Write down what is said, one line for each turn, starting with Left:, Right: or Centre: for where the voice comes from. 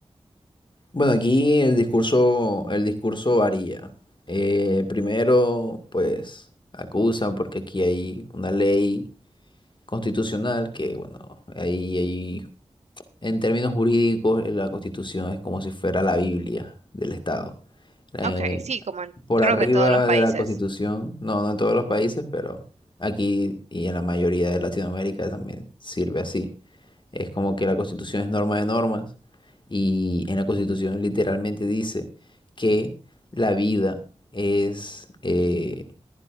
Left: Bueno, aquí el discurso, el discurso varía. Eh, primero, pues acusan porque aquí hay una ley constitucional que, bueno, ahí, ahí en términos jurídicos eh, la constitución es como si fuera la Biblia del Estado. Eh,
Right: Ok, sí, como en-
Left: por
Right: creo
Left: arriba
Right: que en todos los países.
Left: de la constitución, no, no en todos los países, pero aquí y en la mayoría de Latinoamérica también sirve así. Es como que la Constitución es norma de normas y en la Constitución literalmente dice que la vida es eh,